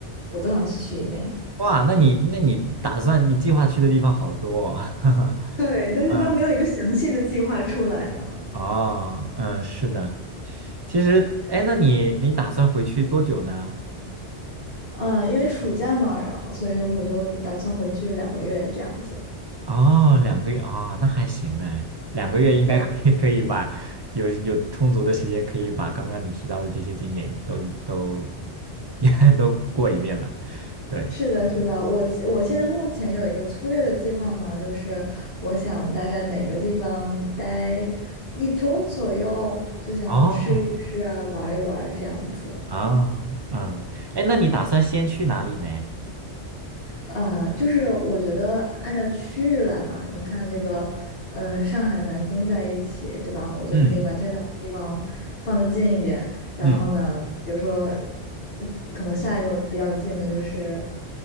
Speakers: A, on the left (about 55°); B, on the right (about 40°).
A: 我都想去一遍。
B: 哇，那你那你打算你计划去的地方好多哦，<laughs> 哈哈。
A: 对，但是都没有一个详细的计划出来呢。
B: 嗯，哦，嗯，是的。其实，哎，那你你打算回去多久呢？
A: 嗯，因为暑假嘛，然后所以我就打算回去两个月这样子。
B: 哦，两个月啊，那还行哎，两个月应该
A: 对。
B: <laughs> 可以可以把有有充足的时间，可以把刚刚你提到的这些景点都都 <laughs> 都过一遍了。对，
A: 是的，是的，我记我现在目前有一个粗略的计划嘛，就是我想大概每个地方待一周左右，就想吃一吃啊，
B: 哦，
A: 玩一玩这样子。
B: 啊，嗯，哎，那你打算先去哪里呢？
A: 呃，就是我觉得按照区域来嘛，你看这个，嗯、上海、南京在一起，对吧？我就可以把这两个地方放得近一点。
B: 嗯
A: 然后呢，
B: 嗯
A: 比如说，嗯可能下一个比较近的就是。